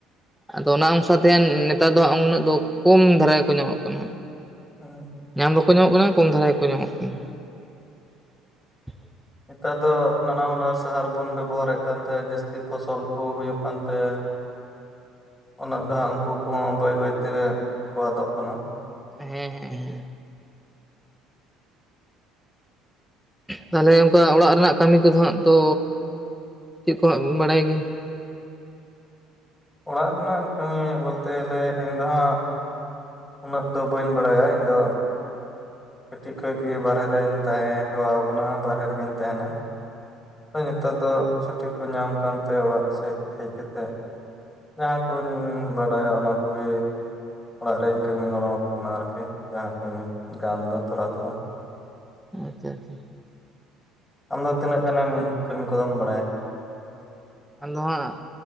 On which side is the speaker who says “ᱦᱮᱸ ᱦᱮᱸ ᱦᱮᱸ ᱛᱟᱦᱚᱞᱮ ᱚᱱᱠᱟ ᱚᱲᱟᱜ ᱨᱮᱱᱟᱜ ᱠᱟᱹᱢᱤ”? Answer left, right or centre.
Centre